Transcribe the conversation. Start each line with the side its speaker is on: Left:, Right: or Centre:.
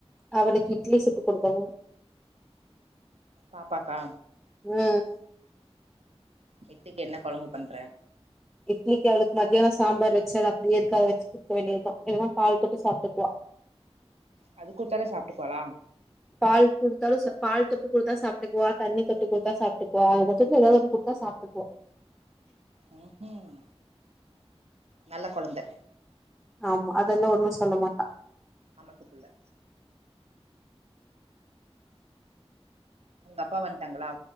Centre: அவனுக்கு இட்லி சுட்டு கொடுக்கணும்
Right: பாப்பாக்கா
Centre: உஹம்
Right: கிருத்துக்கு என்ன குழங்கு பண்ற
Centre: இட்லிக்கு அவளுக்கு மத்தியானம் சாம்பார் வச்சு அதது அப்படியே இருக்க அதை வச்சு குடுக்க வேண்டியதுதான் இல்லான காய் தொட்டு சாப்பிட்டுக்குவா
Right: அது குடுத்தாலே சாப்பிட்டுக்குவாளா
Centre: பால் கொடுத்தாலும் பால் தொட்டு கொடுத்தா சாப்பிட்டுக்குவா தண்ணி தொட்டு கொடுத்தா சாப்பிட்டுக்குவா அது ஏதாவது கொடுத்தா சாப்பிட்டுக்குவா
Right: உம் உம் நல்ல குழந்தை
Centre: ஆமா அதெல்லாம் ஒண்ணும் சொல்ல மாட்டா
Right: ஆமத்துக்குள்ள அவங்க அப்பா வந்துட்டாங்களா